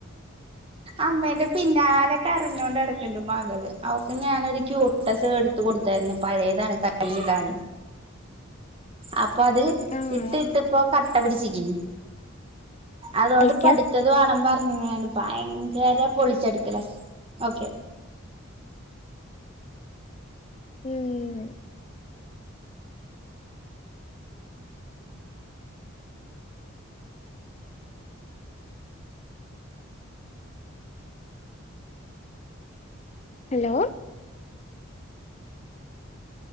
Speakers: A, on the right; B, on the left.
A: അമ്മേന്റെ പിന്നാലെകരഞ്ഞോണ്ട് നടക്ക്ണ്ട് മകള് അവൾ ക്‌ ഞാനൊരു ക്യുട്ടസ് എടുത്ത കൊടുത്തായിരുന്നു പഴയതാണ് കയ്യിലിടാൻ അപ്പൊ അത്
B: ആഹ്
A: ഇട്ട് ഇട്ട് പ്പോ കട്ട പിടിച്ചിക്ക്ണ് അതുകൊണ്ട്
B: കളിക്കാ
A: പഠിത്തത് വാണംപർ അങ്ങയാണ്ട് ഭയങ്കര പൊളിച്ചെടുക്കല ഓക്കെ
B: ഉം ഹലോ